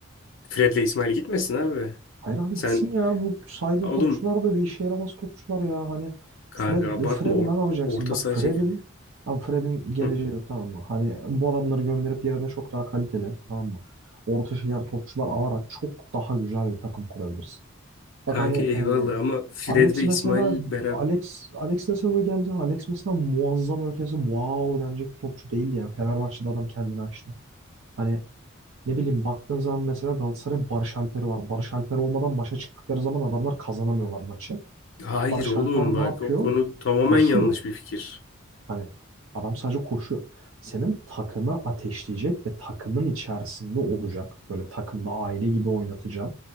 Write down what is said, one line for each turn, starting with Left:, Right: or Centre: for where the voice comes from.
Left: Fred'le İsmail gitmesin abi.
Right: Hayır abi
Left: Sen
Right: gitsin ya. Bu saydığın
Left: oğlum
Right: topçular da bir işe yaramaz topçular ya. Hani Fred,
Left: kanka abartma
Right: Fred'i
Left: or-
Right: ne yapacaksın?
Left: orta
Right: Bak
Left: saha
Right: Fred'in
Left: çekirdeği.
Right: abi Fred'in geleceği
Left: Hı.
Right: yok tamam mı? Hani bu adamları gönderip yerine çok daha kaliteli tamam mı? Orta şeker topçular alarak çok daha güzel bir takım kurabilirsin. Bak
Left: Kanka
Right: hani
Left: eyvallah
Right: e,
Left: ama Fred
Right: Alex
Left: ve
Right: mesela
Left: İsmail beraber.
Right: Alex Alex de sezona geldi. Alex mesela muazzam ötesi wow denecek bir topçu değildi yani. Fenerbahçe'de adam kendini açtı. Hani ne bileyim baktığın zaman mesela Galatasaray'ın Barış Alper'i var. Barış Alper olmadan maça çıktıkları zaman adamlar kazanamıyorlar maçı.
Left: Hayır
Right: Barış
Left: oğlum
Right: Alper
Left: bak
Right: ne yapıyor?
Left: o konu tamamen
Right: Koşuyor.
Left: yanlış bir fikir.
Right: Hani adam sadece koşuyor. Senin takımı ateşleyecek ve takımın içerisinde olacak. Böyle takımda aile gibi oynatacak